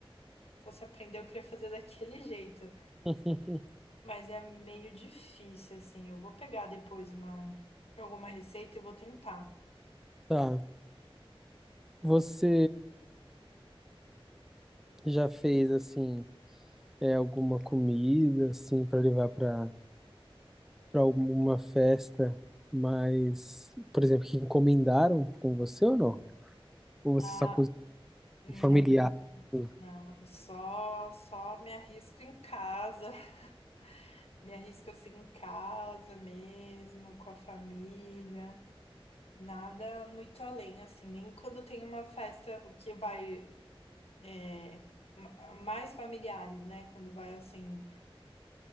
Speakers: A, on the left; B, in the centre.
A: fosse aprender, eu queria fazer daquele <laughs> jeito.
B: <laughs>
A: Mas é meio difícil, assim. Eu vou pegar depois uma alguma receita e vou tentar.
B: Tá. Você já fez assim, é, alguma comida assim para levar para para alguma festa, mas, por exemplo, que encomendaram com você ou não? Ou
A: Ah,
B: você só cozinha
A: não,
B: familiar? assim?
A: não. Só, só me arrisco em casa. <laughs> Me arrisco assim em casa mesmo, com a família. Nada muito além, assim, nem quando tem uma festa que vai é, ma- mais familiares, né? Quando vai assim,